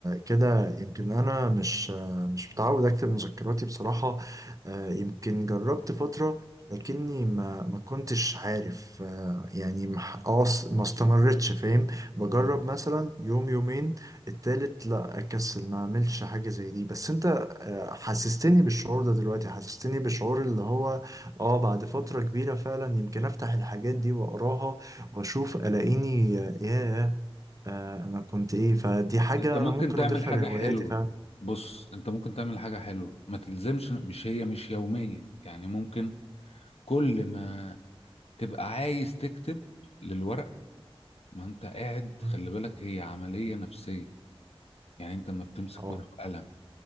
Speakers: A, on the right; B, on the left.
A: كده يمكن انا مش مش متعود اكتب مذكراتي بصراحة آه، يمكن جربت فترة لكني ما ما كنتش عارف آه، يعني ما ح- اه س- ما استمرتش فاهم بجرب
B: مم.
A: مثلا يوم يومين التالت لا اكسل ما اعملش حاجة زي دي بس انت آه، حسستني بالشعور ده دلوقتي حسستني بالشعور اللي هو اه بعد فترة كبيرة فعلا يمكن افتح الحاجات دي واقراها واشوف الاقيني آه، ياه آه انا كنت ايه فدي حاجة
B: أنت ممكن
A: انا ممكن
B: تعمل
A: اضيفها
B: حاجة
A: لهواياتي
B: حلوة
A: فعلا
B: بص أنت ممكن تعمل حاجة حلوة ما تلزمش مش هي مش يومية يعني ممكن كل ما تبقى عايز تكتب للورق ما انت قاعد
A: مم.
B: خلي بالك هي عملية نفسية يعني انت لما بتمسك
A: اه
B: ورقة وقلم